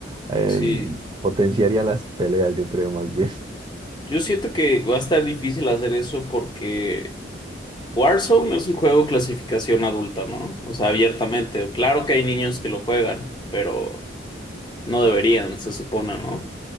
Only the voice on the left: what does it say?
sí.
Yo siento que va a estar difícil hacer eso porque Warzone es un juego clasificación adulta, ¿no? O sea, abiertamente. Claro que hay niños que lo juegan, pero no deberían, se supone, ¿no?